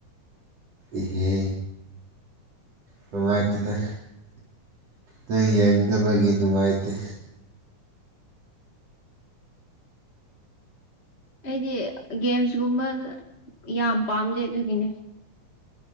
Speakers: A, on the right; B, on the left.
A: ꯏꯍꯦ ꯅꯨꯡꯉꯥꯏꯇꯦꯗꯥ ꯅꯪ ꯌꯦꯡꯗꯕꯒꯤ ꯅꯨꯡꯉꯥꯏꯇꯦ
B: ꯑꯩꯗꯤ ꯒꯦꯝꯁꯀꯨꯝꯕ ꯌꯥꯝ ꯄꯥꯝꯗꯦ ꯑꯗꯨꯒꯤꯅꯦ